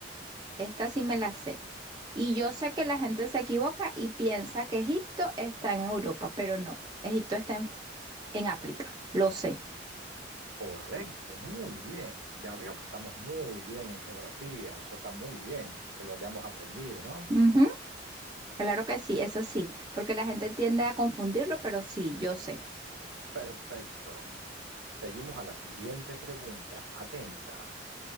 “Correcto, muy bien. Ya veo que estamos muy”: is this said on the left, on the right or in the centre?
Right